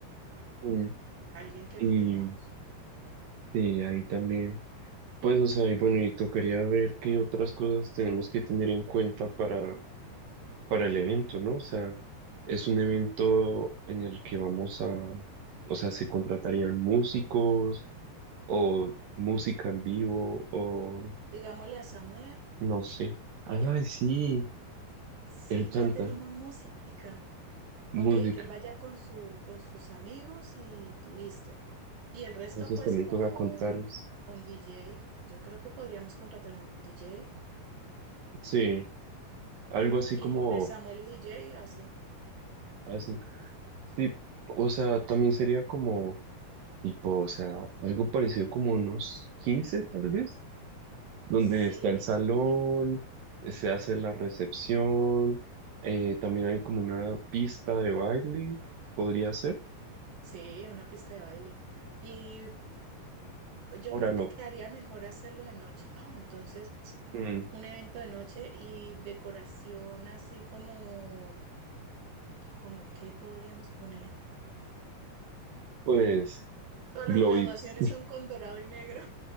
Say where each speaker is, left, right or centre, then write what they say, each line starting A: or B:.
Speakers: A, on the right (about 65°); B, on the right (about 85°).
A: Mm,
B: alguien que
A: Y
B: no tengamos.
A: sí, ahí también. Pues, o sea, y bueno, y tocaría ver qué otras cosas tenemos que tener en cuenta para, para el evento, ¿no? O sea, es un evento en el que vamos a, o sea, se contratarían músicos o música en vivo o
B: Digámosle a Samuel,
A: no sé. Ah,
B: sí,
A: sí,
B: sí,
A: él canta
B: ya tenemos música.
A: música.
B: Ok, que él vaya con sus, con sus amigos y listo. Y el resto,
A: Eso
B: pues
A: también
B: con,
A: toca contarles.
B: con DJ. Yo creo que podríamos contratar un DJ.
A: Sí, algo así
B: Y
A: como
B: entre Samuel y DJ hacen.
A: hacen. Sí, o sea, también sería como Tipo, o sea, algo parecido como unos 15, tal vez, donde
B: Sí,
A: está el salón, se hace la recepción, eh, también hay como una pista de baile, podría ser.
B: Sí, una pista de baile. Y yo
A: Ahora
B: creo
A: loco.
B: que quedaría mejor hacerlo de noche, ¿no? Entonces,
A: Mm,
B: un evento de noche y decoración así como, como qué podríamos poner.
A: Pues,
B: Todas
A: globits.
B: las graduaciones
A: <laughs>
B: son con dorado y negro